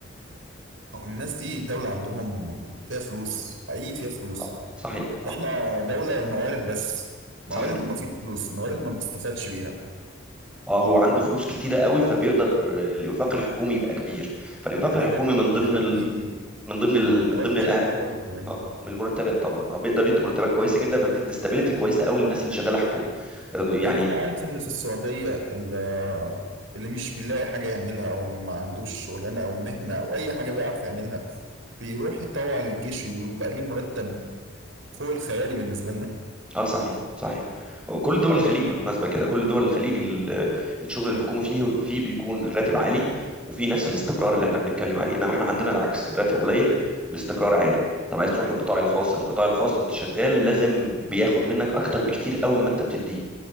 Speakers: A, on the right; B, in the centre.
A: او الناس دي الدوله عندهم فيها فلوس حقيقي فيها فلوس
B: آه، صحيح اه
A: احنا دوله موارد بس موارد
B: صحيح
A: وما فيش فلوس موارد ما بتستفادش بيها
B: اه هو عنده فلوس كتيرة قوي فبيقدر الانفاق الحكومي يبقى كبير فالانفاق
A: يا
B: الحكومي
A: رب
B: من ضمن
A: يا رب
B: ال...
A: يجي
B: من ضمن ال...
A: مرتبات
B: من ضمن
A: بشكل
B: الأه-
A: كويس يعني
B: آه، من المرتبات طبعا اه بيقدر يدي مرتبات كويسة جدا فبتدي استابيليتي كويسة قوي للناس اللي شغالة حكومة آه، يعني
A: طيب انت عارف ان في السعودية ال- اللي مش بيلاقي حاجة يعملها او ما عندوش شغلانة او مهنة او اي حاجة بيعرف يعملها بيروح يتطوع للجيش ويبقى ليه مرتب فوق الخيالي بالنسبة لنا
B: اه صحيح صحيح هو كل دول الخليج بالمناسبة كده كل دول الخليج ال... الشغل الحكومي فيه فيه بيكون الراتب عالي وفي نفس الاستقرار اللي احنا بنتكلم عليه انما احنا عندنا العكس الراتب قليل الاستقرار عالي طب عايز تروح للقطاع الخاص القطاع الخاص وانت شغال لازم بياخد منك اكتر بكتير قوي مما انت بتديه